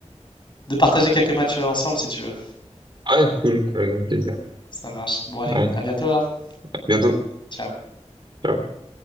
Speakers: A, on the left; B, on the right.
A: de partager quelques matchs ensemble si tu veux.
B: Ah, cool, avec grand plaisir.
A: Ça marche. Bon, allez,
B: Ouais,
A: à bientôt alors.
B: à bientôt.
A: Ciao.
B: Ciao.